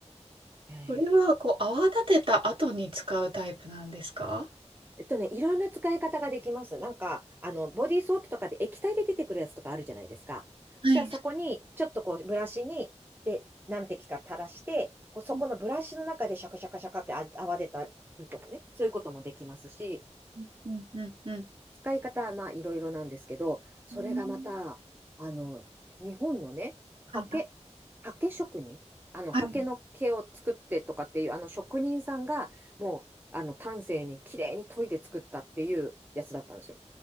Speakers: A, on the right; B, on the right.
A: ええ
B: それは、こう、泡立てた後に使うタイプなんですか
A: えっとね、いろんな使い方ができます。なんか、あの、ボディーソープとかで液体で出てくるやつとかあるじゃないですか。
B: はい。
A: そしたらそこに、ちょっとこう、ブラシに、で、何滴か垂らして、こうそこのブラシの中でシャカシャカシャカってあ泡出たりとかね、
B: う
A: そういうこともできますし、
B: んうんうんうん
A: 使い方はまあいろいろなんですけど、それがまた、
B: うん。
A: あの、日本のね、
B: はいな。
A: 刷毛、刷毛職人、あの、
B: あはい。
A: 刷毛の毛を作ってとかっていう、あの職人さんが、もう、あの、丹精に綺麗に研いで作ったっていうやつだったんですよ。